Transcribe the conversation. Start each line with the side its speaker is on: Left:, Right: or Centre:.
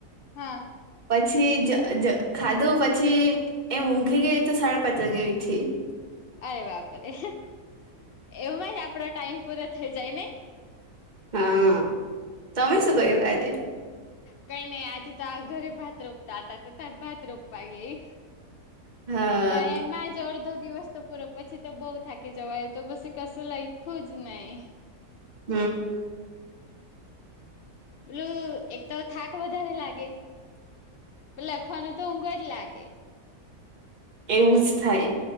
Left: હા.
Right: પછી જ જ ખાધું પછી. એમ ઊંઘી ગઈ તો સાડા પાંચ વાગે ઊઠી
Left: અરે બાપરે એમાંજ આપડો ટાઈમ પૂરો થઇ જાય નહ.
Right: હા, તમે શું કર્યું આજે?
Left: કઈ નઈ આજે તો આ ઘરે ભાત રોપતા હતા, તો ત્યાં ભાત રોપવા આવી ગઈ.
Right: હા
Left: તો એમાંજ અડધો દિવસ પૂરો. પછી તો બઉુ થાકી જવાય, તો પછી કશું લેખ્યુંજ નહી.
Right: હમ્મ
Left: પેલું એક તો થાક વધારે લાગે. લખવાનુ તો ઊઘજ લાગે.
Right: એવું જ થાય